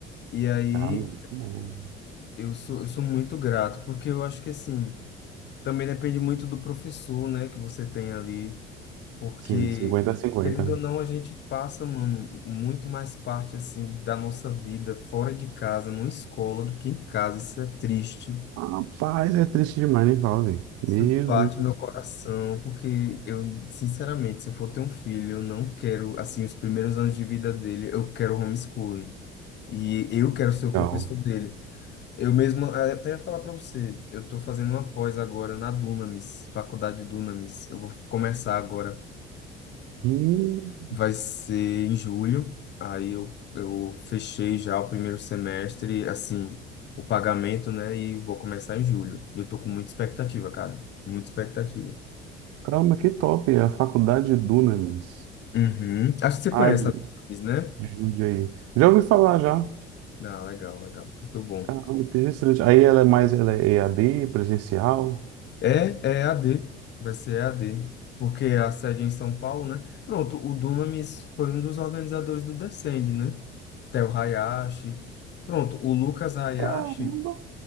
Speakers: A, on the left; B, on the right.
A: E aí
B: Ah, muito bom.
A: eu sou, eu sou muito grato, porque eu acho que, assim, também depende muito do professor, né, que você tem ali. Porque,
B: Sim, 50 a 50.
A: querendo ou não, a gente passa, mano, muito mais parte, assim, da nossa vida fora de casa, numa escola, do que em casa. Isso é triste.
B: Rapaz, é triste demais, hein, Paulo?
A: Isso
B: Meu
A: parte
B: Deus do
A: do meu coração, porque eu, sinceramente, se eu for ter um filho, eu não quero, assim, os primeiros anos de vida dele, eu quero homeschooling. E eu quero ser o
B: céu.
A: professor dele. Eu mesmo, eh, até ia falar para você, eu tô fazendo uma pós agora na Dunamis, Faculdade Dunamis. Eu vou começar agora.
B: Hum,
A: vai ser em julho. Aí eu, eu fechei já o primeiro semestre, assim, o pagamento, né? E vou começar em julho. E Eu tô com muita expectativa, cara. Muita expectativa.
B: caramba, que top. É a faculdade de Dunamis.
A: Uhum. Acho que você
B: Ah,
A: conhece
B: de,
A: a Thaís, né?
B: de Jundiaí. Já ouvi falar já.
A: Ah, legal, legal. Muito bom.
B: Caramba, interessante. Aí ela é mais, ela é EAD, presencial.
A: É, é AD. Vai ser EAD. Porque a sede é em São Paulo, né? Pronto, o Dunamis foi um dos organizadores do Descende, né? Theo Hayashi. Pronto, o Lucas Hayashi.
B: Caramba.